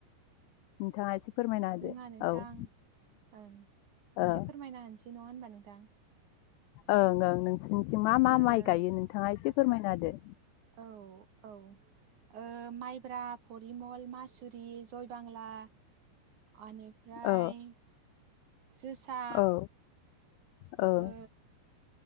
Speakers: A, on the left; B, on the right.
A: नोंथाङा एसे फोरमायना होदो
B: जोंहा नोंथां
A: औ।
B: ओं एसे
A: ओ
B: फोरमायना होनोसै नङा होनबा नोंथां
A: ओं ओं नोंसिनिथिं मा मा
B: ओ
A: माइ गायो नोंथाङा एसे फोरमायनादो
B: औ औ। ओ माइब्रा। परिमल मासुरि जयबांला। ओनिफ्राय
A: औ
B: जोसा।
A: औ औ
B: ओ